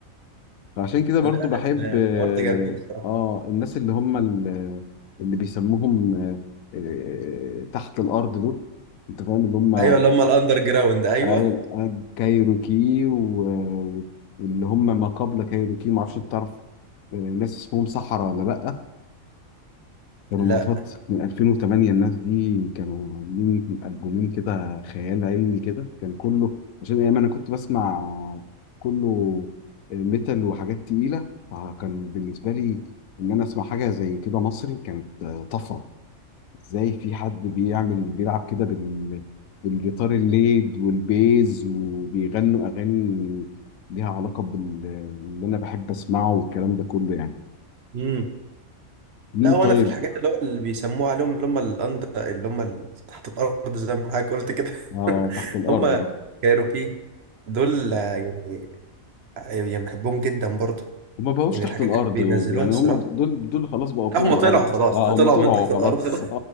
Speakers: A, on the left; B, on the right.
A: فعشان كده برضو
B: لا
A: بحب
B: لا،
A: اه
B: الحوار ده جميل الصراحة
A: آه، الناس اللي هم ال- اللي بيسموهم آه، آه، تحت الارض دول انت فاهم اللي هم
B: أيوه اللي هم الأندر جراوند أيوه
A: آي- آي- كايروكي و- واللي هم ما قبل كايروكي ما اعرفش تعرف آه، ناس اسمهم صحراء ولا لا كانوا
B: لا
A: من فترة من 2008 الناس دي كانوا عاملين ألبومين كده خيال علمي كده كان كله عشان أيام أنا كنت بسمع كله ميتال وحاجات تقيلة فكان بالنسبة لي إن أنا أسمع حاجة زي كده مصري كانت طفرة إزاي في حد بيعمل بيلعب كده بال بالجيتار الليد والبيز وبيغنوا أغاني ليها علاقة باللي أنا بحب أسمعه والكلام ده كله يعني
B: امم
A: مين
B: لا وأنا
A: طيب
B: في الحاجات اللي هو اللي بيسموها عليهم اللي هم الأندر اللي هم ال- تحت الأرض زي ما حضرتك قلت كده
A: آه
B: <laughs>
A: تحت الأرض
B: هم كايروكي دول يعني يعني بحبهم جدا برضه
A: هما بقوش
B: يعني
A: تحت
B: الحاجات
A: الارض
B: اللي
A: دول
B: بينزلوها
A: يعني
B: الصراحه
A: هما دول دول خلاص بقوا فوق
B: لا هم طلعوا
A: الارض
B: خلاص
A: اه
B: طلعوا
A: هما طلعوا
B: من تحت الارض
A: خلاص
B: خلاص
A: <laughs>